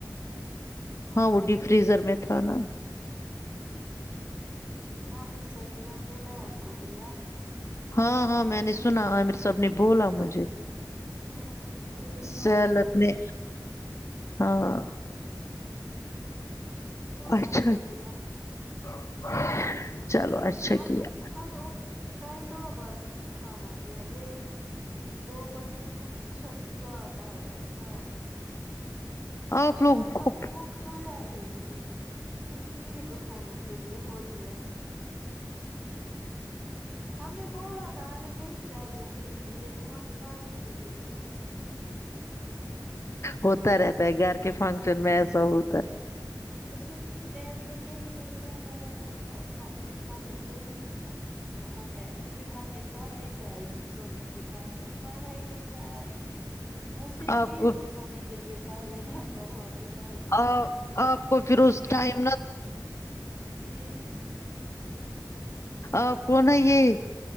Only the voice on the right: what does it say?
کیاحفظہ جی نے اپنی بہن کو دیا
ہاں ایک
آپ کو
پوستا
ویدیا
ہم
نے ہمیں اس ٹائم دو بار کھانا دیا ایک دو بجے دوس س سات آٹھ بائے سات <unintelligible> ہم نے
شام
کا پھر وہ کھایا ہی نہیں صرف میٹ اٹھانے کے لیے ہو دیا ہم نے بولا تھا ہم نہیں چاہیے میٹ بھی لے کے ن ہم کھائیں گے بھی نہیں
اس نے پ ڈیڈی نے نہیں نہیں بیٹھا بیٹھا کھؤ کھاؤ یہ کھانا ضروری ہے تو ہم بیٹھ گئے پھر ہم نے سب نے چائے پی سونے کے ٹائم پ کھانا ہی نہیں کھایا وہ صرف
مٹ
اٹھانے کے لیے <unintelligible> <unintelligible>
ہم
چ